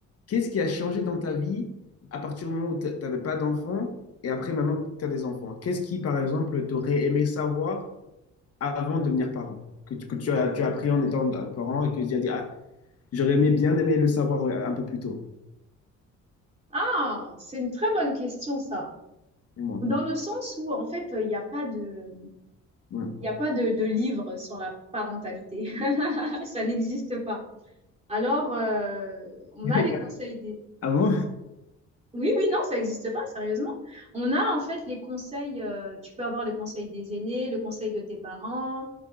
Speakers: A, on the left; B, on the right.
A: qu'est-ce qui a changé dans ta vie à partir du moment où t'a- t'avais pas d'enfants et après maintenant que t'as des enfants? Qu'est-ce qui, par exemple, t'aurais aimé savoir avant de devenir parent? Que, tu- que tu as, tu as appris en étant parent et que tu as dit, ah, J'aurais aimé- bien aimé le savoir euh, un peu plus tôt.
B: Ah, c'est une très bonne question ça.
A: Et moi.
B: Dans le sens où en fait il n'y a pas de,
A: Ouais.
B: il y a pas de, de livre sur la parentalité, <laughs> ça n'existe pas. Alors euh, on
A: <laughs>
B: a les conseils des,
A: Ah bon?
B: oui oui non ça n'existe pas sérieusement. On a en fait les conseils, euh, tu peux avoir les conseils des aînés, le conseil de tes parents,